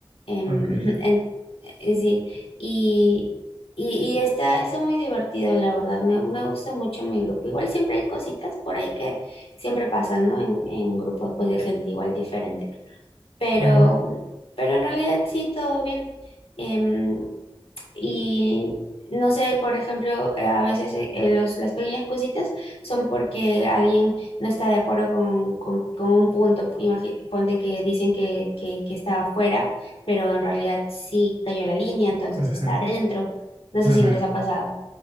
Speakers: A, on the left; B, on the right.
A: Em,
B: Ok.
A: <laughs> en- eh, sí, y, y, y está, está muy divertido, la verdad. Me, me gusta mucho mi grupo. Igual siempre hay cositas por ahí que siempre pasa, ¿no? En, en grupos pues de gente igual diferente. Pero,
B: Ujú,
A: pero en realidad sí, todo bien. Em, y no sé, por ejemplo, eh, a veces eh, eh, los, las pequeñas cositas son porque alguien no está de acuerdo con, con- con un punto. Imagi- ponte que dicen que, que, que está afuera, pero en realidad sí cayó la línea, entonces
B: ajá.
A: está adentro. No
B: <laughs>
A: sé si les ha pasado.